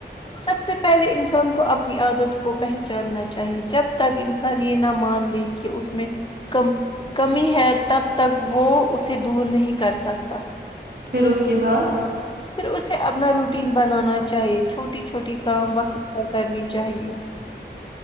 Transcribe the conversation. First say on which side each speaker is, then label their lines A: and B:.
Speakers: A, on the left; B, on the right.
A: سب سے پہلے انسان کو اپنی عادت کو پہچاننا چاہیے جب تک انسان یہ نہ مان لے کہ اس میں کم کمی ہے تب تک وہ اسے دور نہیں کر سکتے کتا
B: پھر اس کے بعد
A: پھر اسے اپنا روٹین بنانا چاہیے چھوٹی چھوٹی کام وقت پر کرنی چاہیے